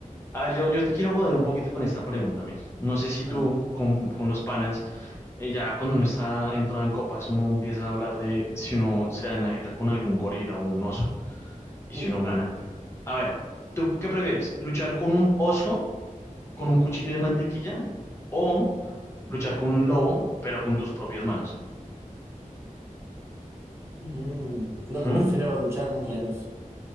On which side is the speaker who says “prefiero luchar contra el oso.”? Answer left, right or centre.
Right